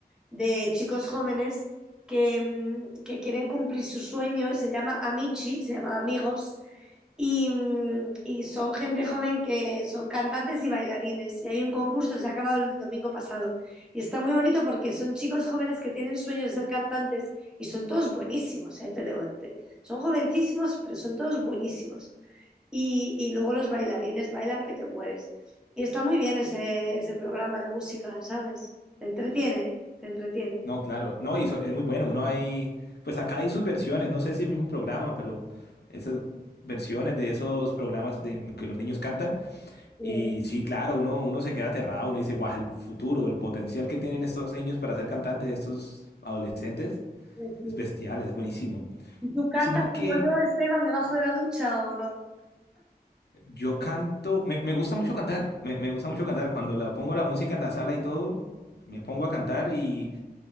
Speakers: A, in the centre; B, on the left.
A: de chicos jóvenes que, mm, que quieren cumplir su sueño y se llama Amici, se llama Amigos, y, mm, y son gente joven que son cantantes y bailarines. Y hay un concurso, se ha acabado el domingo pasado. Y está muy bonito porque son chicos jóvenes que tienen sueños de ser cantantes y son todos buenísimos, ¿eh? Te debo- te- Son jovencísimos, pero son todos buenísimos y, y luego los bailarines bailan que te mueres. Y está muy bien ese, ese programa de música, ¿sabes? Te entretiene, te entretiene.
B: no, claro, no, y so- es muy bueno, uno hay, pues acá hay sus versiones, no sé si el mismo programa, pero esas versiones de esos programas de, en que los niños cantan,
A: Bien,
B: y sí, claro, uno, uno se queda aterrado, uno dice, guau, el futuro, el potencial que tienen estos niños para ser cantantes, estos adolescentes,
A: bien, sí.
B: es bestial,
A: sí.
B: es buenísimo.
A: ¿Y tú cantas
B: Sino que
A: como yo, Esteban, debajo de la ducha o no?
B: yo canto, me, me gusta mucho cantar, me, me gusta mucho cantar. Cuando la pongo la música en la sala y todo, me pongo a cantar y,